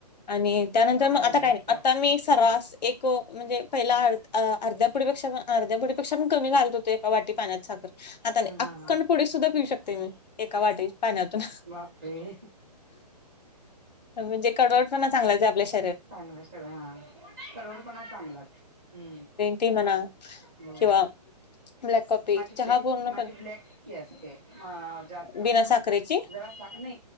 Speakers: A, on the left; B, in the centre.
A: आणि त्यानंतर
B: सवय
A: म
B: व्हायला
A: आता काय
B: लागत्या
A: नाही पण मी सरास एक अ म्हणजे पहिला अर्ध्या पुडीपेक्षा पण अर्धा पुडीपेक्षा पण कमी घालत होते एका वाटी पाण्यात साखर आता नई
B: हा हा
A: अखंड
B: हा
A: पुडी सुद्धा पिऊ एका वाटी पाण्यातून
B: बापरे
A: म्हणजे कडवट पण चांगला ते आपल्याशी
B: चांगला सवय हा कडवटपणा चांगलाच हू
A: ते म्हणा
B: म्ह
A: किंवा ब्लॅक कॉफी
B: माझी
A: चहा
B: ब्लॅक
A: पूर्ण
B: माझी
A: पण
B: ब्लॅक टी असते अ जास्त
A: बिना
B: करून
A: साखरेची
B: पण जरासा नई